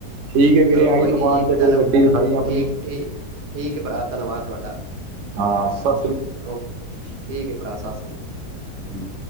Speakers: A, on the right; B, on the right.
A: ਠੀਕ ਹੈ, ਵੀਰੇ
B: ਚਲੋ
A: ਆਈ
B: ਕੋਈ ਨੀ
A: ਦੁਕਾਨ
B: ਜੀ ਤੁਹਾਨੂੰ
A: ਤੇ ਫੇਰ ਗੱਡੀ ਦਿਖਾਈ ਆਪਣੀ।
B: ਠੀਕ ਠੀਕ ਠੀਕ ਹੈ ਭਰਾ ਧੰਨਵਾਦ ਤੁਹਾਡਾ
A: ਹਾਂ ਸ
B: ਓਕੇ ਠੀਕ ਹੈ, ਭਰਾ ਸਤਿ ਸ੍ਰੀ ਅਕਾਲ।
A: ਹਮ।